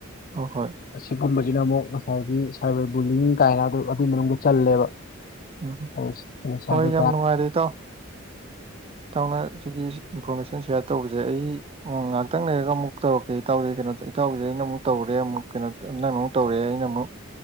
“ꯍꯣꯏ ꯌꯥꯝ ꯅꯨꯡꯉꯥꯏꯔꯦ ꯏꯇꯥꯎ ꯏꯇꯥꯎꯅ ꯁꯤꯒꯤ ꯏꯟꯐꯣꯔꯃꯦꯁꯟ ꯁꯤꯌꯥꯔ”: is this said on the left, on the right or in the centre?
Right